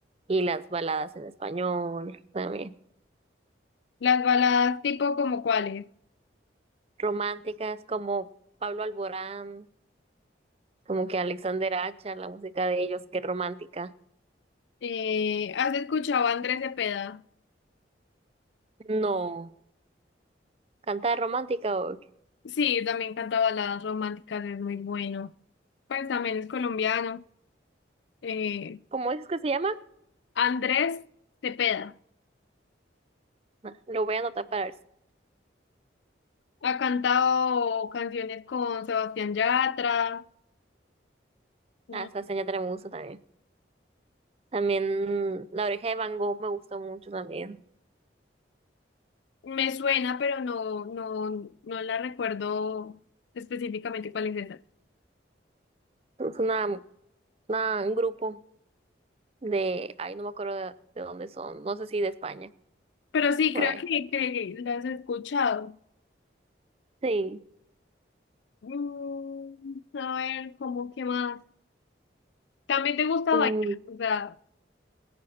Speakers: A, on the right; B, on the left.
A: Y las baladas en español también.
B: Las baladas tipo como cuáles.
A: Románticas como Pablo Alborán, como que Alexander Acha, la música de ellos, qué romántica.
B: Eh, ¿has escuchado a Andrés Cepeda?
A: No, canta de romántica o
B: Sí, también canta baladas románticas, es muy bueno. Pues también es colombiano. Eh,
A: ¿cómo es que se llama?
B: Andrés Cepeda.
A: Ah, Lo voy a anotar para ver. si-
B: Ha cantado canciones con Sebastián Yatra. mm,
A: Ah, esa seña me gusta también. También La Oreja de Van Gogh me gustó mucho también.
B: Me suena, pero no, no, no la recuerdo específicamente cuál es esa.
A: Es una, una- un grupo de, ay, no me acuerdo de, de dónde son, no sé si de España,
B: Pero sí,
A: por
B: creo
A: ahí.
B: que, que las he escuchado.
A: Sí.
B: Mm, a ver, ¿cómo qué más? También te gusta
A: Mm,
B: bailar, o sea,